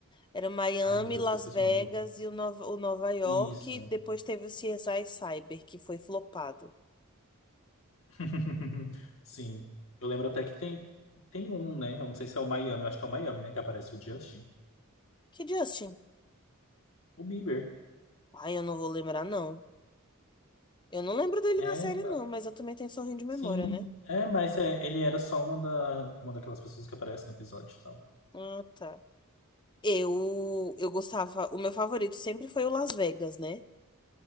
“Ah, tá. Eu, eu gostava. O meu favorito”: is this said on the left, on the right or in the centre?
Left